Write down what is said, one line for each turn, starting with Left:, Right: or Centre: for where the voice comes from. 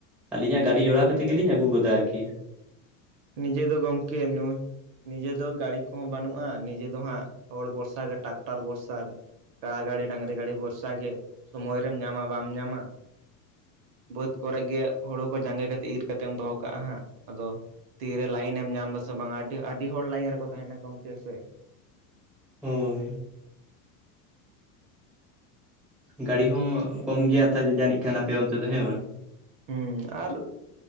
Centre: ᱟᱹᱞᱤᱧᱟᱜ ᱜᱟᱹᱰᱤ ᱡᱚᱲᱟᱣ ᱠᱟᱛᱮ ᱜᱮᱞᱤᱧ ᱟᱹᱜᱩ ᱜᱚᱫᱟ ᱟᱨᱠᱤ
Right: ᱱᱤᱡᱮ ᱫᱚ ᱜᱚᱢᱠᱮ ᱱᱚᱣᱟ ᱱᱤᱡᱮ ᱫᱚ ᱜᱟᱹᱲᱤ ᱠᱚᱦᱚᱸ ᱵᱟᱹᱱᱩᱜᱼᱟ ᱱᱤᱡᱮ ᱫᱚ ᱦᱟᱸᱜ ᱦᱚᱲ ᱵᱷᱚᱨᱥᱟ ᱜᱮ ᱴᱟᱠᱴᱟᱨ ᱵᱷᱚᱨᱥᱟ ᱠᱟᱲᱟ ᱜᱟᱹᱲᱤ ᱰᱟᱝᱨᱤ ᱜᱟᱹᱰᱤ ᱵᱷᱚᱨᱥᱟ ᱜᱮ ᱥᱚᱢᱚᱭ ᱨᱮᱢ ᱧᱟᱢᱟ ᱵᱟᱢ ᱧᱟᱢᱟ ᱵᱟᱹᱫᱽ ᱠᱚᱨᱮ ᱜᱮ ᱦᱳᱲᱳ ᱠᱚ ᱡᱟᱸᱜᱮ ᱠᱟᱛᱮ ᱤᱨ ᱠᱟᱛᱮᱢ ᱫᱚᱦᱚ ᱠᱟᱜᱼᱟ ᱦᱟᱸᱜ ᱟᱫᱚ ᱛᱤᱨᱮ ᱞᱟᱭᱮᱱᱮᱢ ᱧᱟᱢ ᱫᱟᱥᱮ ᱵᱟᱝᱟ ᱟᱹᱰᱤ ᱟᱹᱰᱤ ᱦᱚᱲ ᱞᱟᱭᱮᱱ ᱨᱮᱠᱚ ᱛᱟᱦᱮᱱᱟ ᱜᱚᱢᱠᱮ ᱥᱮ
Centre: ᱦᱳᱭ ᱜᱟᱹᱲᱤ ᱦᱚᱸ ᱠᱚᱢ ᱜᱮᱭᱟ <unintelligible> ᱡᱟᱹᱱᱤᱡ ᱠᱟᱱ ᱟᱯᱮ ᱚᱱᱛᱮ ᱫᱚ ᱦᱮᱸ ᱵᱟᱝ?
Right: ᱦᱩᱸ ᱟᱨ